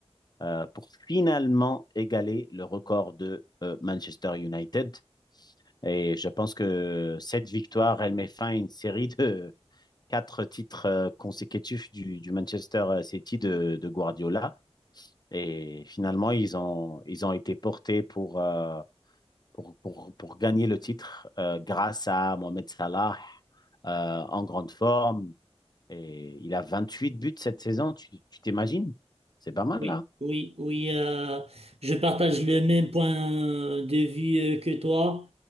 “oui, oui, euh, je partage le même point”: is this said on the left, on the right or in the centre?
Right